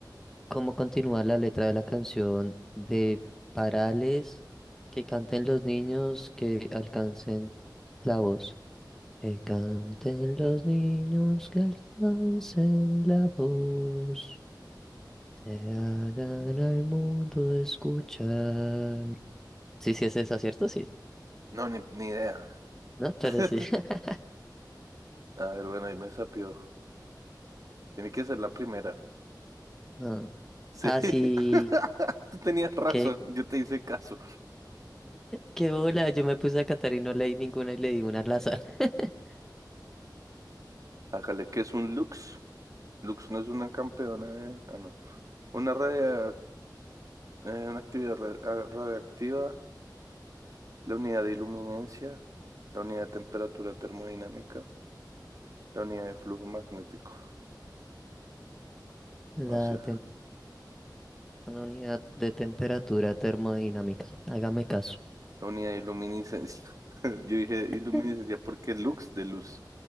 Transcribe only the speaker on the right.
No, ni, ni idea.
<laughs>
A ver, bueno, ahí me sapió. Tiene que ser la primera.
Sí.
<laughs> Tú tenías razón,
yo te hice caso.
Hágale, ¿qué es un Lux? Lux no es una campeona de... Ah, no. Una radio... eh, una actividad ra- ah, radioactiva, la unidad de iluminencia, la unidad de temperatura termodinámica, la unidad de flujo magnético.
No sé,
la unidad de iluminiscencia. <laughs> Yo dije iluminiscencia
porque Lux de luz.